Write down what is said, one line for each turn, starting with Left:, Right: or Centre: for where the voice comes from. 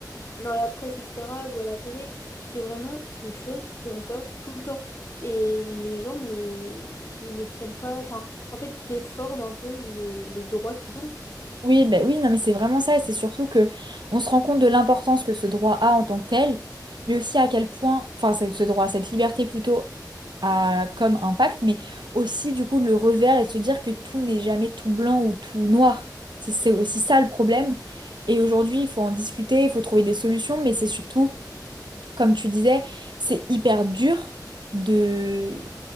Left: dans la presse, etc., ou à la télé, c'est vraiment des choses qui ressortent tout le temps. Et les gens ne, ne prennent pas, enfin, en fait, déforment un peu le- les droits qu'ils ont.
Right: Oui, ben oui, non, mais c'est vraiment ça, et c'est surtout que on se rend compte de l'importance que ce droit a en tant que tel, mais aussi à quel point, enfin, ce ce droit, cette liberté plutôt, a comme impact, mais aussi du coup le revers et de se dire que tout n'est jamais tout blanc ou tout noir. C'est c'est aussi ça le problème. Et aujourd'hui, il faut en discuter, il faut trouver des solutions, mais c'est surtout comme tu disais, c'est hyper dur de,